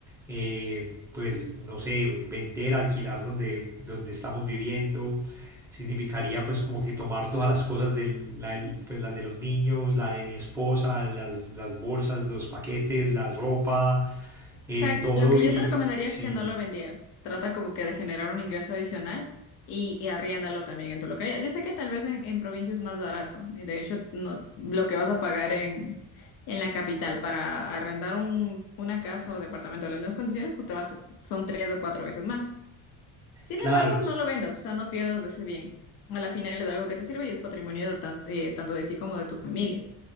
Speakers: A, in the centre; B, on the left.
A: eh, pues no sé, vender, alquilar donde, donde estamos viviendo, significaría pues como que tomar todas las cosas de la, pues, las de los niños, la de mi esposa, las, las bolsas, los paquetes, la ropa, eh,
B: O sea,
A: todo
B: lo que
A: y
B: yo te recomendaría
A: sí,
B: es que no lo vendieras. Trata como que de generar un ingreso adicional y, y arriéndalo también en tu localidad. Yo sé que tal vez en, en provincia es más barato y de hecho no, lo que vas a pagar en, en la capital para arrendar un- una casa o departamento en las mismas condiciones, pues te vas, son tres o cuatro veces más. Sin
A: claro,
B: embargo, no lo vendas, o sea, no pierdas de ese bien. A la final es algo que te sirve y es patrimonio tanto, eh, tanto de ti como de tu familia.